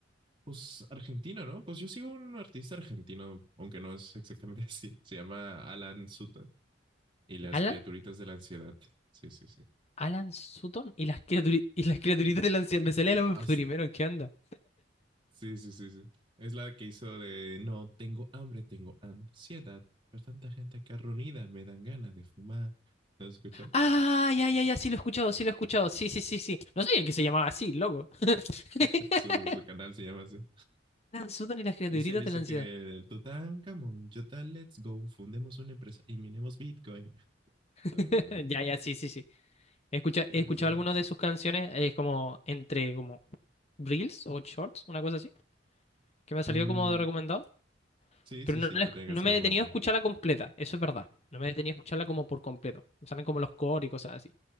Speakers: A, on the right; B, on the left.
A: Pues argentino, ¿no? Pues yo sigo un artista argentino, aunque no es exactamente <laughs> así. Se llama Alan Sutton y las
B: Alan,
A: criaturitas de la ansiedad. Sí, sí, sí.
B: Alan Sutton y las criaturi- y las criaturitas de la anciano. Me salía lo
A: Ah,
B: primero,
A: s-
B: ¿qué onda?
A: sí, sí, sí, sí. Es la que hizo de no tengo hambre, tengo ansiedad. Pero tanta gente que reunida me dan ganas de fumar. ¿Lo has escuchado?
B: Ah, ya, ya, ya, sí lo he escuchado, sí lo he escuchado. Sí, sí, sí, sí. No sabía que se llamaba así, loco. <laughs>
A: <laughs> Su, su canal se llama así.
B: Alan Sutton y las criaturitas
A: Dice, él hizo
B: de la ansiedad.
A: que el Tutankamón, Jota, let's go, fundemos una empresa y minemos Bitcoin. <laughs> También
B: <laughs>
A: eso.
B: Ya, ya, sí, sí, sí. He escuchado,
A: Sí,
B: he escuchado
A: eso, bueno.
B: algunas
A: sí.
B: de sus canciones, es como entre como reels o shorts, una cosa así, que me ha salido
A: Mm,
B: como de recomendado.
A: sí,
B: Pero
A: sí,
B: no,
A: sí,
B: la
A: pero
B: esc-
A: tiene canciones
B: no me he detenido
A: muy buenas.
B: a escucharla completa, eso es verdad. No me he detenido a escucharla como por completo. Me salen como los cores y cosas así.